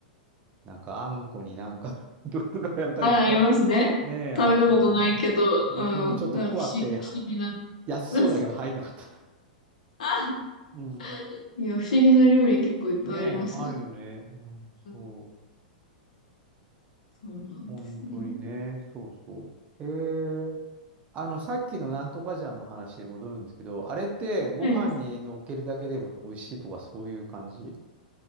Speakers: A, on the right (about 30°); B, on the left (about 65°).
A: なんか、あんこになんか <laughs> とか、なんかいっぱい。
B: はい、ありますね。
A: ねえ、
B: 食べたことないけど、
A: あったな。僕もちょっと怖くて、
B: うん、なんか不思議、不思議な。
A: 安そうだけど入んなかった。
B: <laughs> うんあ、
A: うん。
B: いや、不思議な料理結構いっぱいありますよね。
A: ねえ、あるよね。うん、
B: うん
A: そう。
B: そうなんですね。
A: 本当にね。そうそう。えーあの、さっきのなんとかじゃんの話に戻るんですけど、あれってご飯に乗っけるだけでも美味しいとかそういう感じ
B: はい。